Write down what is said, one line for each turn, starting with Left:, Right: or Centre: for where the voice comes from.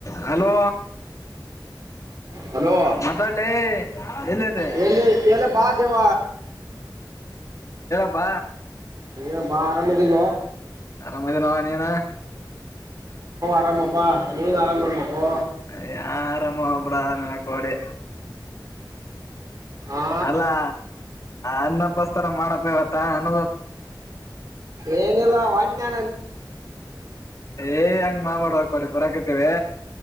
Left: Hello
Right: hello
Left: ಮಾತಾಡ್ಲಿ ಎಲ್ಲಿದೆ
Right: ಹೇಳಿ ಹೇಳಪ್ಪ ದೇವ
Left: ಪ್ಪ
Right: ಏನಪ್ಪಾ ಆರಾಮ್ ಇದಿಯಲ್ಲ
Left: ಆರಾಮ ನೋ ನೀನ
Right: <inaudible> ನೀನು ಆರಾಮ ಇರ್ಬೇಕು
Left: ಯ ಆರಾಮ ಬಿಡ ನನಕೋಡೆ
Right: ಆ
Left: ಅಲ್ಲಾ ಅನ್ನಪಸ್ತರ ಮಾಡಪ್ಪ ಇವತ್ತ ಅನ
Right: ಏನಿಲ್ಲ ಹೊಂಟ್ಯಾ
Left: ಏ ಹಂಗ ಮಾ ಮಾಡುವ ಕೊಡಿ ಬರಾಕತಿವಿ